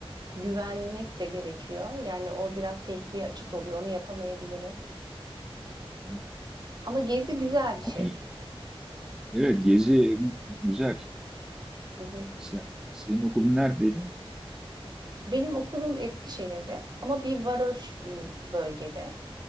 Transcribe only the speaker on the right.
güvenmek de gerekiyor. Yani o biraz tehlikeye açık oluyor. Onu yapamayabilirim.
Ama gezi güzel bir şey.
Hı hı.
Benim okulum Eskişehir'de ama bir varoş bir bölgede.